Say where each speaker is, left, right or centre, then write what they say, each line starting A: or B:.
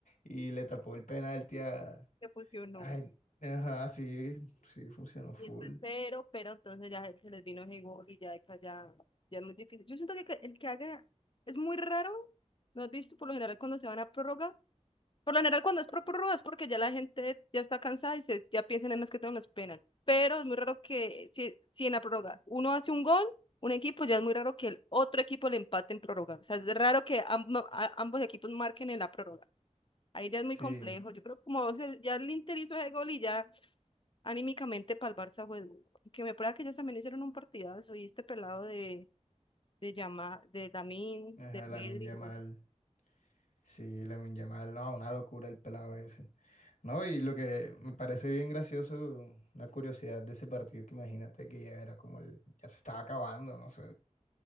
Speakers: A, on the left; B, on the left.
A: Y le tapó el penalti a.
B: que funcionó.
A: Ay, ajá, sí, sí, funcionó full.
B: Y después, pero, pero entonces ya se les vino ese gol y ya, esa ya, ya es muy difícil. Yo siento que que el que haga es muy raro, ¿no has visto? Por lo general cuando se van a prórroga, por lo general cuando es pro- prórroga es porque ya la gente ya está cansada y se, ya piensan en más que todo en los penal. Pero es muy raro que si, si en la prórroga uno hace un gol, un equipo, ya es muy raro que el otro equipo le empate en prórroga. O sea, es raro que amb- a- ambos equipos marquen en la prórroga. Ahí ya es muy
A: Sí,
B: complejo. Yo creo que como o ya el Inter hizo ese gol y ya anímicamente para el Barça fue duro. Que me prueba que ellos también hicieron un partidazo y este pelado de, de Yama, de Lamine,
A: ajá,
B: de Pedri,
A: Lamine Yamal.
B: güey.
A: Sí, Lamine Yamal. No, una locura el pelado ese. No, y lo que me parece bien gracioso, una curiosidad de ese partido, que imagínate que ya era como el, ya se estaba acabando, no sé,